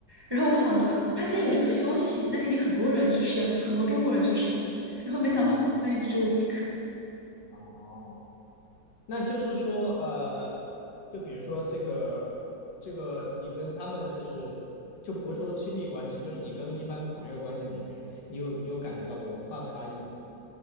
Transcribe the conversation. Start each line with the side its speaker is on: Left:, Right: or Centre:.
Right: 然后我想着他既然有这个消息，那肯定很多人去申，很多中国人去申。然后没想到我专业就只有我一个。
Left: 啊，哦，那就是说，呃，就比如说这个这个，你跟他们就是就不是说亲密关系，就是你跟一般朋友关系里面，你有你有感觉到文化差异吗？